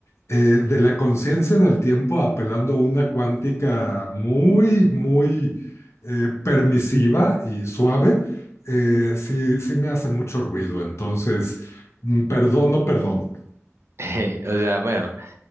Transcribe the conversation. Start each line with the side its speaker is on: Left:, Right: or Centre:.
Left: eh, de la conciencia en el tiempo apelando a una cuántica muy, muy eh, permisiva y suave, eh, sí, sí me hace mucho ruido. Entonces, mm, perdón, no perdón.
Right: <laughs> O sea, bueno,